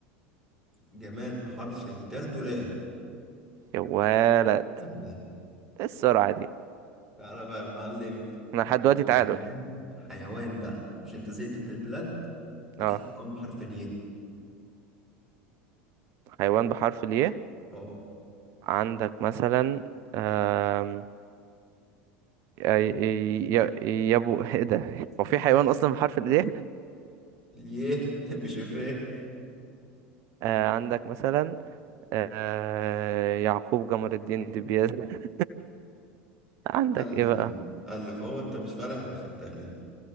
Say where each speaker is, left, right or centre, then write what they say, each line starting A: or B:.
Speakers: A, in the centre; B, on the right.
A: جماد بحرف الدال دولاب
B: يا ولد
A: لا لا
B: ايه السرعة دي
A: تعالى بقى يا معلم
B: احنا لحد
A: هات لي
B: دلوقتي تعادل
A: حيوان حيوان بقى مش انت زهقت من البلاد هات
B: اه
A: لي حيوان بحرف الياء
B: حيوان بحرف الياء
A: اه
B: عندك مثلا آم، ي- ي- ي- يابو <laughs> ايه ده
A: <laughs>
B: هو في حيوان اصلا بحرف الياء
A: الياء <laughs> مش الراء
B: آه عندك مثلا آه يعقوب جمر الدين دبيز <laughs> عندك
A: الف
B: ايه بقى
A: الف الف هو انت مش فالح غير في التأليف